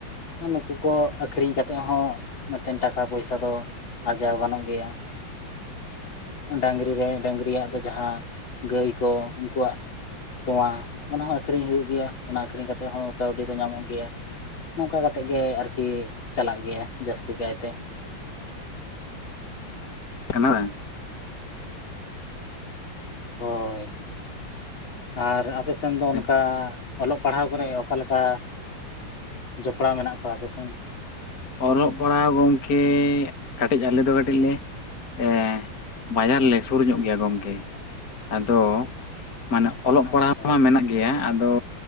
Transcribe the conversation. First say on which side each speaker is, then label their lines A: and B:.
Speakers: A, on the left; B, on the left.
A: ᱟ ᱱᱩᱠᱩ ᱠᱚ ᱟᱠᱷᱨᱤᱧ ᱠᱟ- -ᱛᱮᱜ ᱦᱚᱸ ᱢᱮᱜᱴᱮᱱ ᱴᱟᱠᱟ ᱯᱚᱭᱥᱟ ᱫᱚ, ᱟᱨᱡᱟᱣ ᱜᱟᱱᱚᱜ ᱜᱮᱭᱟ᱾ ᱟᱨ ᱰᱟᱸᱜᱽᱨᱤ ᱨᱮᱹ, ᱰᱟᱸᱜᱽᱨᱤᱭᱟᱜ ᱫᱚ ᱡᱟᱦᱟᱸ, ᱜᱟᱹᱭ ᱠᱚ, ᱩᱝᱠᱩᱣᱟᱜ ᱛᱚᱶᱟ ᱚᱱᱟ ᱦᱚᱸ ᱟᱹᱠᱷᱨᱤᱧ ᱦᱩᱭᱩᱜ ᱜᱮᱭᱟ, ᱚᱱᱟ ᱟᱠᱷᱨᱤᱧ ᱠᱟᱛᱮ ᱦᱚᱸ ᱠᱟᱹᱣᱰᱤ ᱫᱚ ᱧᱟᱢᱚᱜ ᱜᱮᱭᱟ᱾ ᱱᱚᱠᱠᱟ ᱠᱟᱛᱮᱜ ᱜᱮ, ᱟᱨᱠᱤ ᱪᱟᱞᱟᱜ ᱜᱮᱭᱟ, ᱡᱟᱹᱥᱛᱤ ᱠᱟᱭᱛᱮ᱾
B: ᱠᱟᱱᱟᱲᱟ᱾
A: ᱦᱳᱭ, ᱟᱨ ᱟᱯᱮ ᱥᱮᱱ ᱫᱚ
B: ᱟᱪᱪᱷᱟ
A: ᱚᱱᱠᱟ, ᱚᱞᱚᱜ ᱯᱟᱲᱦᱟᱣ ᱠᱚᱨᱮ ᱚᱠᱟ ᱞᱮᱠᱟ, ᱡᱚᱯᱲᱟᱣ ᱢᱮᱱᱟᱜ ᱠᱚᱣᱟ ᱟᱯᱮᱥᱮᱱ?
B: ᱚᱞᱚᱜ ᱯᱟᱲᱦᱟᱣ ᱜᱚᱝᱠᱮ, ᱠᱟᱴᱤᱡ ᱟᱞᱮ ᱫᱚ, ᱠᱟᱹᱴᱤᱡ ᱞᱮ ᱮ, ᱵᱟᱡᱟᱨᱞᱮ ᱥᱩᱨ ᱧᱚᱜ ᱜᱮᱭᱟ ᱜᱚᱢᱠᱮ, ᱟᱫᱚᱻ ᱢᱟᱱᱮ ᱚᱞᱚᱜ
A: ᱟᱪᱪᱷᱟ
B: ᱯᱟᱲᱦᱟᱣ ᱢᱟ ᱢᱮᱱᱟᱜ ᱜᱮᱭᱟ, ᱟᱫᱚ!